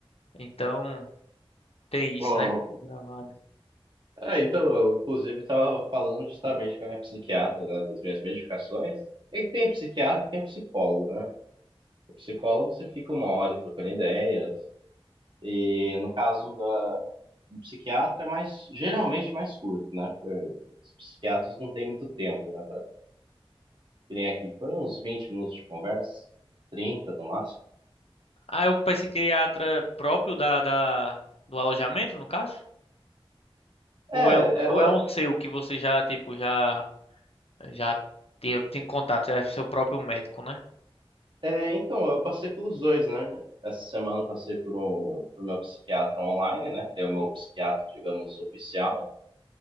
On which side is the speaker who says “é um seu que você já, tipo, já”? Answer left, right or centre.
Left